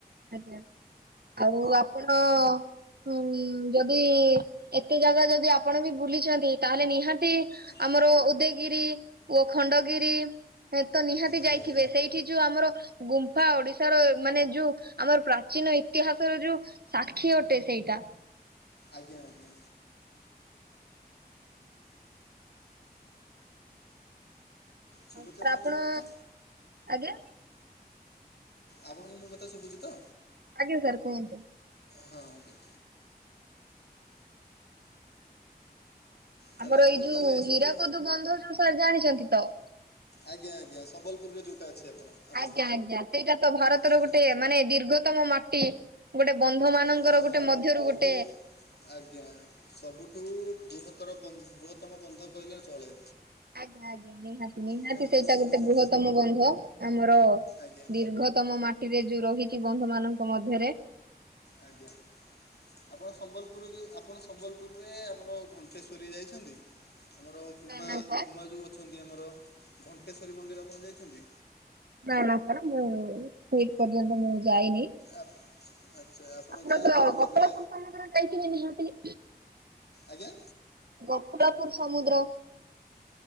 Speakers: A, on the right; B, on the left.
A: ଆଜ୍ଞା ଆଉ ଆପଣ ହୁଁ ଉଁ ଯଦି ଏତେ ଜାଗା ଯଦି ଆପଣ ବି ବୁଲିଛନ୍ତି ତାହେଲେ ନିହାତି
B: ଆଜ୍ଞା
A: ଆମର ଉଦୟଗିରି ଓ ଖଣ୍ଡଗିରି ଏ ତ ନିହାତି
B: ଆଜ୍ଞା
A: ଯାଇଥିବେ ସେଇଠି ଯୋଉ ଆମର ଗୁମ୍ଫା ଓଡିଶାର ମାନେ ଯୋଉ ଆମର ପ୍ରାଚୀନ ଇତିହାସର ଯୋଉ ସାକ୍ଷୀ ଅଟେ ସେଇଟା।
B: ଆଜ୍ଞା ଆଜ୍ଞା। ଶୁଭୁଛି
A: ଆସ
B: ଆପଣଙ୍କୁ
A: ଆପଣ
B: ମୋ କଥା
A: ଆଜ୍ଞା?
B: ଆପଣଙ୍କୁ ମୋ କଥା ଶୁଭୁଛି ତ?
A: ଆଜ୍ଞା ସାର୍ କୁହନ୍ତୁ?
B: ହଁ ଆଜ୍ଞା। ତାହେଲେ
A: ଆମର
B: ଆପଣ
A: ଏଇ ଯୋଉ
B: ତାହେଲେ ଏସବୁ
A: ହୀରାକୁଦ୍ ବନ୍ଧ ଯୋଉ ସାର୍ ଜାଣିଛନ୍ତି ତ?
B: ଆଜ୍ଞା ଆଜ୍ଞା ସମ୍ବଲ ପୁରୁରେ ଯୋଉଟା ଅଛି ଆପଣ ଆମର
A: ଆଜ୍ଞା ଆଜ୍ଞା ସେଇଟା ତ ଭାରତର
B: ଆଜ୍ଞା
A: ଗୋଟେ ମାନେ ଦୀର୍ଘତମ ମାଟି। ଗୋଟେ ବନ୍ଧ ମାନଙ୍କର
B: ହଁ
A: ଗୋଟେ ମଧ୍ୟରୁ
B: ବହୁତ
A: ଗୋଟେ
B: ଆଜ୍ଞା ସବୁଠୁ ବୃହତର ବ ବୃହତ୍ତମ ବନ୍ଧ କହିଲେ ଚଳେ।
A: ଆଜ୍ଞା ଆଜ୍ଞା ନିହାତି ନିହାତି
B: କାହିଁକିନା
A: ସେଇଟା
B: ସ-
A: ଗୋଟେ ବୃହତ୍ତମ ବନ୍ଧ ଆମର
B: ଆଜ୍ଞା
A: ଦୀର୍ଘତମ ମାଟିରେ ଯୋଉ ରହିଛି ବନ୍ଧ ମାନଙ୍କ ମଧ୍ୟରେ
B: ଆଜ୍ଞା। ଆପଣ ସମ୍ବଲପୁରୁ ଯୋଉ ଆପଣ ସମ୍ବଲପୁରୁରେ ଆମର ଘଣ୍ଟେଶ୍ଵରୀ ଯାଇଛନ୍ତି? ଆମର ହୁମା
A: ନା ନା ସାର୍
B: ହୁମା ଯେଉ ଅଛନ୍ତି ଆମର ଘଣ୍ଟେଶ୍ଵରୀ ମନ୍ଦିର ଆପଣ ଯାଇଛନ୍ତି?
A: ନା ନା ସାର୍ ମୁଁ ସେ ପର୍ଯ୍ୟନ୍ତ ମୁଁ ଯାଇନି।
B: ଆ- ଆଚ୍ଛା
A: ଆପଣ
B: ଯାଆନ୍ତୁ
A: ତ <unintelligible>
B: କେବେ
A: ଯାଇଥିବେ ନିହାତି?
B: ଆଜ୍ଞା?
A: ଗପଲପୁରୁ ସମୁଦ୍ର